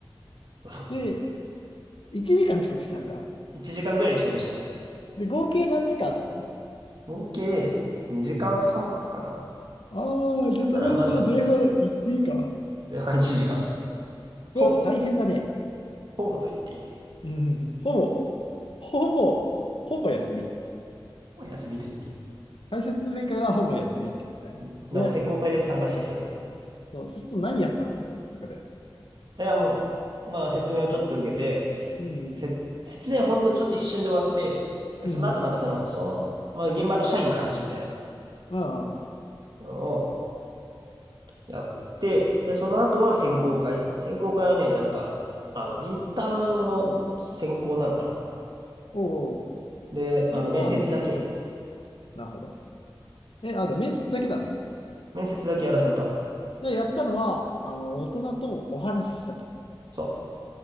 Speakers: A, on the right; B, on the left.
A: <laughs>
B: で、1時間遅刻したのか。
A: 1時間ぐらい遅刻した。
B: で、合計何時間あったの
A: 合計で2時間半かな。
B: ああー、じゃあそのうちの前半1時間。
A: ただ、まあでも、前半1時間。ほぼ、
B: これは大変だね。
A: ほぼと言っていいね。
B: うん、ほぼ、ほぼ、ほぼ休み。
A: もう休みと言っていい。
B: 解説メーカーがほぼ休みって感じだね。
A: うん。だからまあ選考会だけ参加した人になってる。
B: で、そうすると何やったのそこで。
A: いや、もう、まあ説明をちょっと受けて、
B: うん、
A: せ、説明ほんのちょ、一瞬で終わって、
B: うん、
A: その後なんかその、その、まあ現場の社員の話みたいな
B: うんああ、
A: のを、やって、で、その後は選考会。選考会はね、なんか、あの、インターン用の選考なのかな。
B: おお
A: で、
B: インターンの専攻やったのか。
A: あの、面接だけ、
B: なるほど。え、あと面接だけなの
A: 面接だけやらされた。
B: で、やったのは、あの、大人とお話ししたと。
A: そ